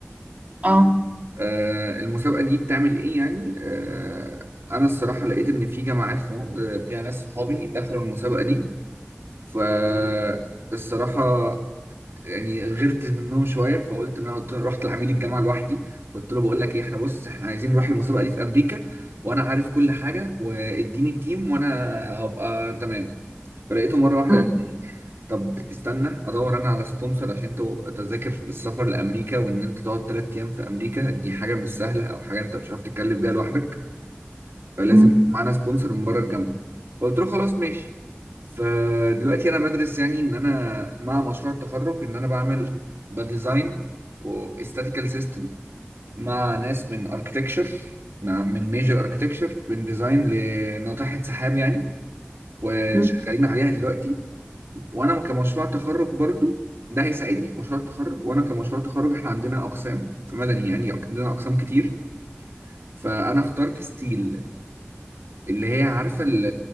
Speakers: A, on the right; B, on the right.
A: اه
B: آه المسابقه دي بتعمل ايه يعني آه انا الصراحه لقيت ان في جامعات في مصر آه، فيها ناس صحابي دخلوا المسابقه دي فالصراحه يعني غرت منهم شويه فقلت ان انا قلت رحت لعميد الجامعه لوحدي قلت له بقول لك ايه احنا بص احنا عايزين نروح المسابقه دي في امريكا وانا عارف كل حاجه واديني التيم وانا هبقى تمام فلقيته مره واحده
A: مم.
B: قال لي طب استنى ادور انا على سبونسر عشان انت تذاكر السفر لامريكا وان انت تقعد ثلاث ايام في امريكا دي حاجه مش سهله او حاجه انت مش عارف تتكلم بيها لوحدك فلازم
A: مم.
B: يكون معانا سبونسر من بره الجامعه فقلت له خلاص ماشي فدلوقتي انا بدرس يعني ان انا مع مشروع التخرج ان انا بعمل بديزاين واستاتيكال سيستم مع ناس من اركتكتشر من ميجر اركتكتشر من ديزاين لناطحه سحاب يعني وشغالين
A: مم.
B: عليها دلوقتي وانا كمشروع تخرج برضو ده هيساعدني في مشروع التخرج وانا كمشروع تخرج احنا عندنا اقسام في مدني يعني عندنا اقسام كتير فانا اخترت ستيل اللي هي عارفه ال-